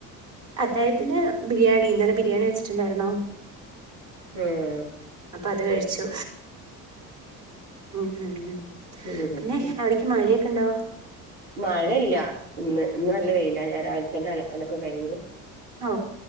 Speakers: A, on the right; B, on the right.
A: അത്തായത്തിന് ബിരിയാണി ഇന്നലെ ബിരിയാണി വെച്ചിട്ടുണ്ടായിരുന്നോ
B: ഹം
A: അപ്പ അത് കഴിച്ചു ഉ ഉം ഉ
B: ഉം
A: പിന്നെ എവിടക്ക് മഴയൊക്കെ ഉണ്ടാവോ
B: മഴയില്ല ഇന്ന് ഇന്നും നല്ല പെയയില്ല ഞാൻ രാവിലെ തന്നെ അലക്കലൊക്കെ കഴിഞ്ു
A: ഓ